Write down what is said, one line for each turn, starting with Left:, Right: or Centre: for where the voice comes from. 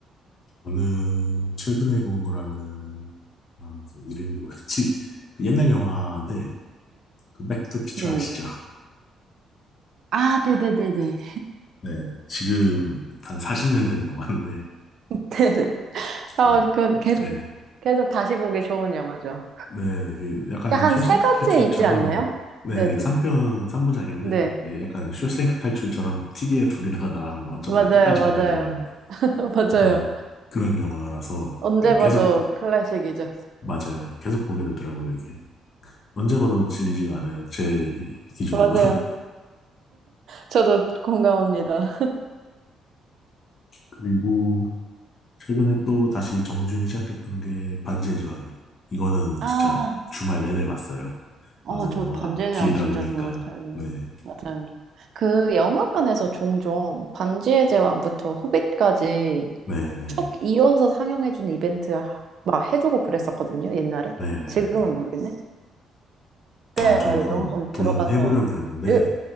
Left: 저는 최근에 본 거라면은 아, 이제 이름이 뭐였지? 그 옛날 영화인데 그 백투피처
Right: 네네.
Left: 아시죠?
Right: 아, 네네네네.
Left: 네, 지금 한 40년 된 영화인데,
Right: <laughs> 네네.
Left: 그,
Right: 아, 그건 계속,
Left: 네,
Right: 계속 다시 보기 좋은 영화죠.
Left: 네, 네, 이게 약간
Right: 한
Left: 쇼생크
Right: 세 가지
Left: 탈출처럼,
Right: 있지 않나요?
Left: 네,
Right: 네네.
Left: 네, 이게 3편, 3부작인데,
Right: 네.
Left: 약간 쇼생크 탈출처럼 TV에 두 개다가 나가면 어쩌다
Right: 맞아요,
Left: 끝까지
Right: 맞아요.
Left: 보게 되는
Right: <laughs> 맞아요.
Left: 약간 그런 영화라서,
Right: 언제
Left: 이게 계속,
Right: 봐도 클래식이죠.
Left: 맞아요. 계속 보게 되더라고요, 이게. 언제 봐도 질리지가 않아요, 제 기준으로는.
Right: 맞아요. 저도 공감합니다.
Left: <laughs> 그리고, 최근에 또 다시 정주행 시작했던 게 반지의 저항이요. 이거는
Right: 아,
Left: 진짜 주말 내내 봤어요.
Right: 어,
Left: 아무래도
Right: 저도
Left: 영화가
Right: 반지의
Left: 길다
Right: 제왕 진짜
Left: 보니까,
Right: 좋았어요.
Left: 네,
Right: 맞아요. 그 영화관에서 종종 반지의 제왕부터 호빗까지
Left: 네네네.
Right: 쭉 이어서 상영해주는 이벤트 하- 막 해주고 그랬었거든요, 옛날에.
Left: 네네네네.
Right: 지금은 모르겠네. 그때
Left: 아, 저도
Right: 막
Left: 그거
Right: 영화관
Left: 도전해보려고
Right: 들어가서
Left: 그랬는데,
Right: 일,